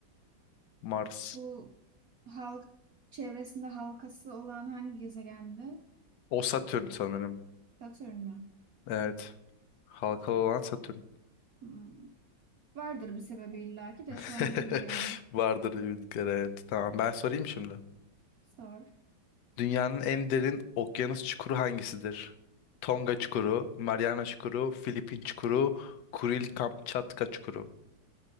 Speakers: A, on the left; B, on the right.
A: Mars.
B: Bu halk çevresinde halkası olan hangi gezegendi?
A: O Satürn sanırım.
B: Satürn mü?
A: Evet. Halkalı olan Satürn.
B: Hmm. Vardır bir sebebi illaki de
A: <laughs>
B: şu an bilmiyorum.
A: Vardır bildikleri evet. Tamam ben sorayım şimdi.
B: Sor.
A: Dünyanın en derin okyanus çukuru hangisidir? Tonga çukuru, Mariana çukuru, Filipin çukuru, Kuril Kamçatka çukuru.